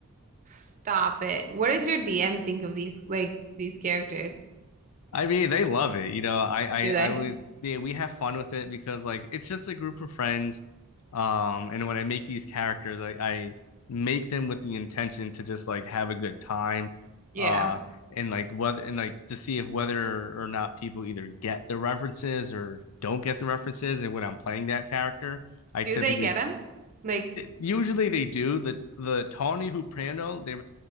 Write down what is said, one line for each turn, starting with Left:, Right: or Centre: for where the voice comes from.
Right: Stop it. What does your DM think of these like these characters?
Left: I mean, they love it. You know, I, I,
Right: Do they?
Left: I always, yeah, we have fun with it because like it's just a group of friends. Um, and when I make these characters, I, I make them with the intention to just like have a good time.
Right: Yeah.
Left: Uh, and like whether and like to see if whether or not people either get the references or don't get the references. And when I'm playing that character, I
Right: Do
Left: typically
Right: they get them? Like,
Left: usually they do the the Tawny Huprano. They